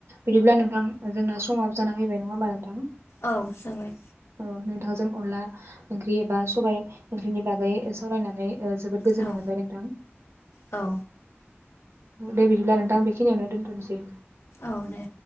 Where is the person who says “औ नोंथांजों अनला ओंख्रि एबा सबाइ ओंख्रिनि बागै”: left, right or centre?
Right